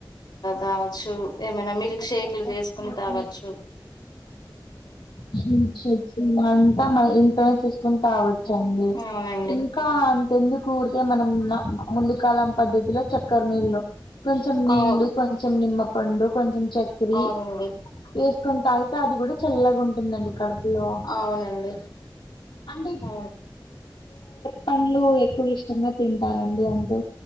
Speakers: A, on the left (about 60°); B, on the left (about 80°).
A: కావచ్చు ఏమైనా మిల్క్
B: లేకపోతే
A: షేక్లు చేసుకుని
B: ఫ్రూట్
A: తాగాచ్చు
B: జిమ్ చేస్తే మంతా మల్లి ఇంట్లోనే చూసుకుని తావచ్చండి
A: అవునండి
B: ఇంకా ఎందుకు ఉరికె మనం ముందు కాలం పద్ధతిలో చక్కర నీళ్లు కొంచెం నీళ్లు,
A: అవు
B: కొంచెం నిమ్మ పండు, కొంచెం చక్కర
A: అవునండి
B: వె కొంత అయితే అది కూడా చల్లగా ఉంటుందండి కడపులో
A: అవునండి
B: అంటే
A: అవును
B: పండ్లు ఎక్కువ ఇష్టంగా తింటారండి అంటే